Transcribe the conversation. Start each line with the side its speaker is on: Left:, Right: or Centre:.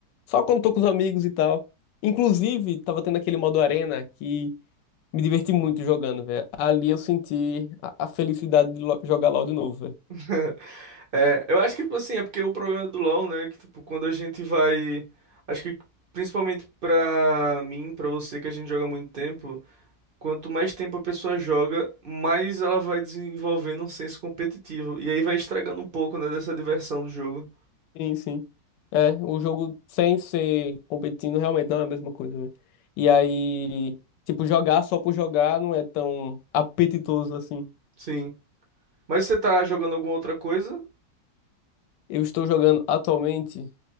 Left: só quando tô com os amigos e tal. Inclusive, tava tendo aquele modo arena que... Me diverti muito jogando, velho. Ali eu senti a, a felicidade de lo- jogar LoL de novo, velho.
Right: <laughs> É, eu acho que, tipo assim, é porque o problema do LoL, né? Que, tipo, quando a gente vai. Acho que principalmente pra mim, pra você, que a gente joga há muito tempo, quanto mais tempo a pessoa joga, mais ela vai desenvolvendo um senso competitivo. E aí vai estragando um pouco, né, dessa diversão do jogo.
Left: Sim, sim. É, o jogo sem ser competindo realmente não é a mesma coisa, velho. E aí, tipo, jogar só por jogar não é tão apetitoso assim.
Right: Sim. Mas você tá jogando alguma outra coisa?
Left: Eu estou jogando atualmente